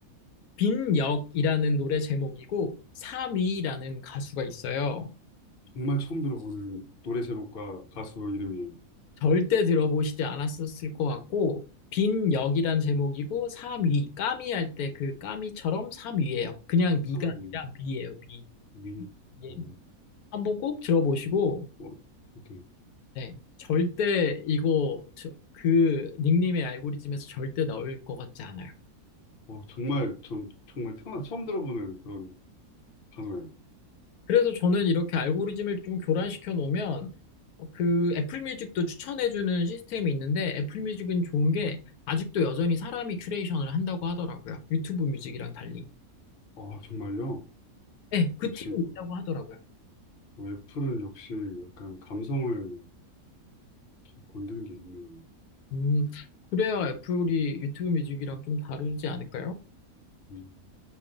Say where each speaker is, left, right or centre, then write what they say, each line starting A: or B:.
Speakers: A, on the left; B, on the left.
A: 빈 역이라는 노래 제목이고 3위라는 가수가 있어요.
B: 정말 처음 들어보는 노래 제목과 가수 이름이에요.
A: 절대 들어보시지 않았었을 것 같고, 빈 역이란 제목이고, 3위, 까미 할 때 그 까미처럼 3위예요. 그냥 미가
B: 참.
A: 아니라 미예요, 미.
B: 미니,
A: 예,
B: 어,
A: 미. 한번 꼭 들어보시고,
B: 어, 이렇게,
A: 네. 절대 이거, 저- 그 닉님의 알고리즘에서 절대 나올 것 같지 않아요.
B: 어, 정말, 전 정말 태어나 처음 들어보는 그런 단어예요.
A: 그래서 저는 이렇게 알고리즘을 좀 교란시켜 놓으면, 어, 그 애플 뮤직도 추천해주는 시스템이 있는데, 애플 뮤직은 좋은 게, 아직도 여전히 사람이 큐레이션을 한다고 하더라고요. 유튜브 뮤직이랑 달리.
B: 아, 정말요?
A: 네, 그
B: 역시,
A: 팀이 있다고 하더라고요.
B: 뭐 애플은 역시 약간 감성을 이렇게 건드는 게 있네요.
A: 음, 그래야 애플이 유튜브 뮤직이랑 좀 다르지 않을까요?
B: 음.